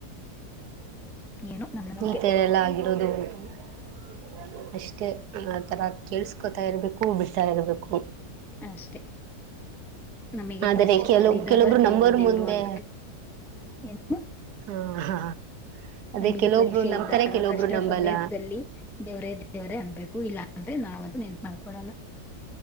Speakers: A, in the centre; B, on the right.
A: ಏನೋ ನಮ್ ನಂಬಿಕೆ
B: ಈತ ಎಲ್ಲ ಆಗಿರೋದು <inaudible> ಅಷ್ಟೇ ಆಥರ ಕೇಳ್ಸ್ಕೊತಾ ಇರ್ಬೇಕು ಬಿಡ್ತಾ ಇರ್ಬೇಕು
A: ಅಷ್ಟೇ. ನಮಗೆ
B: ಆದರೆ
A: ಪರೀಕ್ಷೆಗಳಿದಾಗ
B: ಕೆಲವು ಕೆಲವೊಬ್ರು
A: ದೇವ್ರು
B: ನಂಬೋರ್
A: ದೇವ್ರು
B: ಮುಂದೆ
A: ಅಂತ <inaudible> ಏನು
B: ಹಾ ಹಾ ಅದೇ
A: ನಮಗೆ
B: ಕೆಲವೊಬ್ರು
A: ಪರೀಕ್ಷೆ
B: ನಂಬ್ತಾರೆ
A: ಇದ್ದಾಗ
B: ಕೆಲವೊಬ್ರು
A: ಕಷ್ಟ
B: ನಂಬಲ್ಲ
A: ಸಮಯದಲ್ಲಿ ದೇವ್ರೇ ದೇವರೇ ಅನ್ನಬೇಕು ಇಲ್ಲಾ ಅಂದ್ರೆ ನಾವ ಅದು ನೆನಪ ಮಾಡ್ಕೊಳಲ್ಲಾ